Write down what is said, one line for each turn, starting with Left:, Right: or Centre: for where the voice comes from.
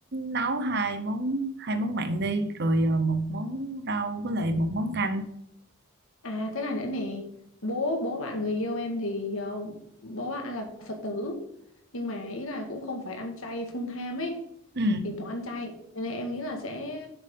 Right: nấu hai món hai món mặn đi rồi ờ, một món rau với lại một món canh
Left: À thế này nữa nè, bố bố bạn người yêu em thì ờ, bố bạn là Phật tử nhưng mà ý là cũng không phải ăn chay full time ấy,
Right: ừ.
Left: thỉnh thoảng ăn chay. Cho nên em nghĩ là sẽ